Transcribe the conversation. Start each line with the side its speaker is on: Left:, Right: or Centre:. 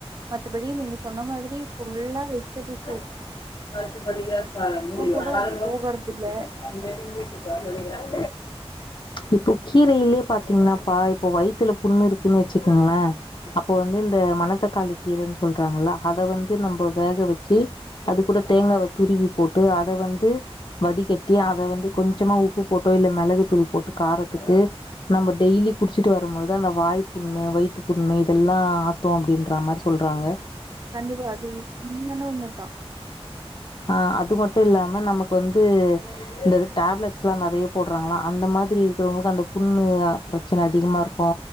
Right: மத்தப்படி நீங்க சொன்ன மாதிரி புல்லா வெஜிடபிள்சு
Left: பத்து
Right: கூட
Left: <unintelligible>
Right: போகறதில்ல
Left: இப்போ கீரையிலே பாத்தீங்கன்னாப்பா இப்போ வயித்துல புண்ணுருக்குன்னு வெச்சுக்கோங்களே அப்போ வந்து இந் த மணத்தக்காளி கீரன்னு சொல்றாங்ள அத வந்து நம்ப வேக வெச்சு அது கூட தேங்காவ துருவி போட்டு அத வந்து வடிகட்டி அத வந்து கொஞ்சமா உப்பு போட்டு இல் மெளகு தூள் போட்டு காரத்துக்கு நம்ம டெய்லி குடிச்சிட்டு வரும்போதா இந்த வாய்ப்புண்ணு வயித்துப் புண் ணு இதெல்லா ஆத்தூ அப்டின்ற மாரி சொல்றாங்க
Right: கண்டிப்பா அது இன்னன்னு ஒன்னுதா
Left: ஹ ஆ அது மட்டு இல்லாம நமக்கு வந்து இந்த டேப்லெட்ஸ்லா நறைய போட்றாங்கல அந்த மாத் த்ரி இருக்கவுங்ளுக்கு அந்த புண்ணு ப்ரச்சன அதிகமார்க்கூ